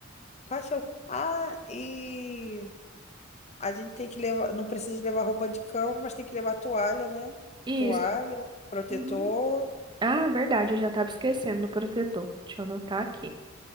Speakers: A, on the left; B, on the right.
A: Tá show. Ah, e A gente tem que levar, não precisa levar roupa de cama, mas tem que levar toalha, né?
B: Isso.
A: Toalha, protetor,
B: Uhum. Ah, verdade, eu já tava esquecendo do protetor. Deixa eu anotar aqui.